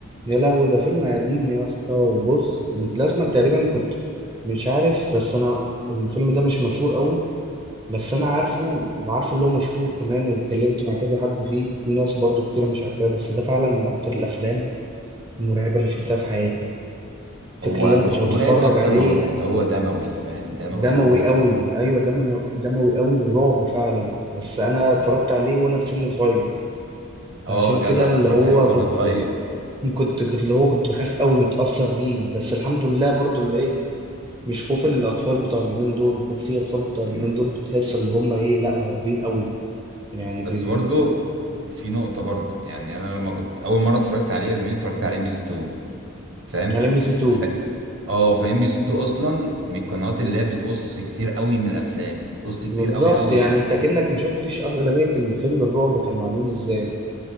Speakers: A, on the right; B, on the right.
A: يا لهوي ده فيلم قديم يا اسطى وبص لازما تقريبا كنت مش عارف بس انا الفيلم ده مش مشهور قوي بس انا عارفه وعارفه اللي هو مشهور كمان واتكلمت مع كذا حد فيه في ناس برضو كتير مش عارفاه بس ده فعلا من اكتر الافلام المرعبه اللي شفتها في حياتي
B: هو
A: فكرة اللي انا
B: مش
A: كنت بتفرج
B: مرعب اكتر
A: عليه
B: ما هو من هو دموي فاهم دموي
A: دموي
B: قوي
A: قوي ايوه دموي دموي قوي ورعب فعلا بس انا اتفرجت
B: امم
A: عليه وانا في سن صغير
B: اه
A: فعشان
B: جدع
A: كده اللي
B: انا اتفرجت
A: هو
B: عليه برضه
A: كنت
B: وانا <laughs> صغير
A: كنت كنت- اللي هو كنت بخاف قوي متأثر بيه بس الحمد لله برضو اللي ايه مش خوف الاطفال بتوع اليومين دول خوف في اطفال بتوع
B: امم
A: اليومين دول بتحس اللي هم ايه لا مرعوبين قوي يعني بي
B: بس
A: بي
B: برضه في نقطه برضه يعني انا لما كنت اول مره اتفرجت عليه يا زميلي اتفرجت على ام بي سي اتنين، فاهم
A: على ام بي سي 2
B: ف... اه فام بي سي 2 اصلا من القنوات اللي هي بتقص كتير قوي من الافلام بتقص كتير
A: بالظبط
B: قوي قوي
A: يعني
B: يعني
A: انت كأنك ما شفتش اغلبية الفيلم الرعب كان معمول ازاي